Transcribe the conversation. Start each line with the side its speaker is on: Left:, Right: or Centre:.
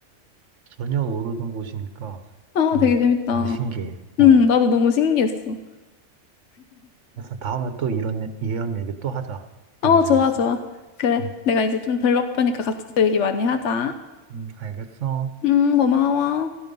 Right: 전혀 모르던 곳이니까
Left: 아,
Right: 좀
Left: 되게 재밌다.
Right: 많이 신기해. 어.
Left: 음, 나도 너무 신기했어.
Right: 그래서 다음에 또 이런, 예- 이런 얘기 또 하자. 너무
Left: 어,
Right: 재밌어.
Left: 좋아, 좋아. 그래.
Right: 응,
Left: 내가 이제 좀 덜 바쁘니까 같이 또 얘기 많이 하자.
Right: 응, 알겠어.
Left: 음, 고마워.